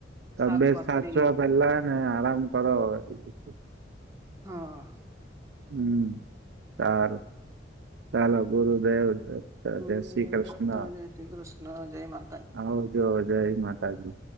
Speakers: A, on the right; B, on the right.
A: ત
B: શાક
A: બે
B: ભાખરી
A: સાચો પેલા નાને આરામ કરો, એ વસ્તુ
B: હા
A: હમ્મ સારું ચાલો ગુરુદેવ
B: ગુરુદેવ
A: જય શ્રી કૃષ્ણ,
B: દત્ત જય શ્રી કૃષ્ણ જય માતાજી
A: આવ જો જય માતા ગુર